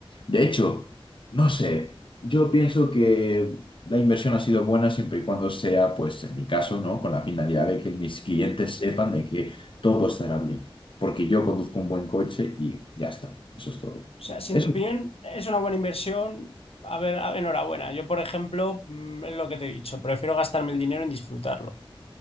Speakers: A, on the left (about 60°); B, on the left (about 80°).
A: De hecho, no sé, yo pienso que la inversión ha sido buena siempre y cuando sea, pues en mi caso, ¿no? Con la finalidad de que mis clientes sepan de que todo estará bien. Porque yo conduzco un buen coche y ya está. Eso es todo.
B: O sea, si
A: Eso.
B: en tu opinión es una buena inversión, a ver, a- enhorabuena. Yo, por ejemplo, mm, es lo que te he dicho, prefiero gastarme el dinero en disfrutarlo,